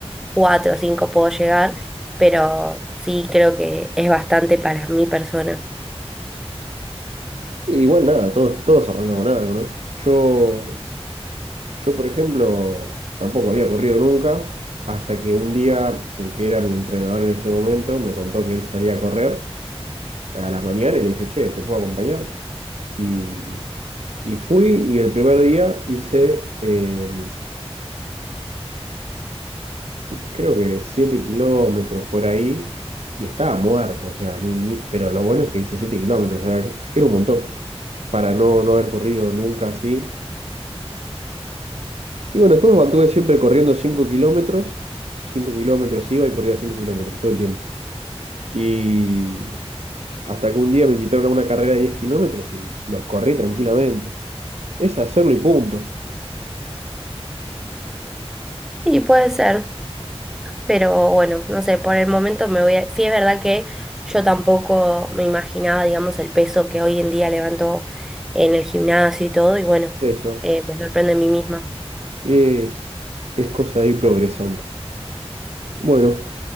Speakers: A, in the centre; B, on the right.
A: 4 o 5 puedo llegar, pero sí creo que es bastante para mi persona.
B: Y igual nada, todos, todos arrancan con algo, ¿no? Yo Yo, por ejemplo, tampoco había corrido nunca, hasta que un día el que era mi entrenador en ese momento me contó que él salía a correr a las mañanas y le dije, che, ¿te puedo acompañar? Y, y fui y el primer día hice, eh, creo que 7 kilómetros por ahí y estaba muerto, o sea, ni, ni- pero lo bueno es que hice 7 kilómetros, o sea, era un montón para no, no haber corrido nunca así. Y bueno, después me mantuve siempre corriendo 5 kilómetros. cinco kilómetros iba y corría 5 kilómetros todo el tiempo. Y hasta que un día me invitaron a una carrera de 10 kilómetros y los corrí tranquilamente. Es hacerlo y punto.
A: Sí, puede ser, pero bueno, no sé, por el momento me voy a... Sí, es verdad que yo tampoco me imaginaba, digamos, el peso que hoy en día levanto en el gimnasio y todo, y bueno,
B: Eso.
A: eh, me sorprende a mí misma.
B: Es, es cosa de ir progresando. Bueno,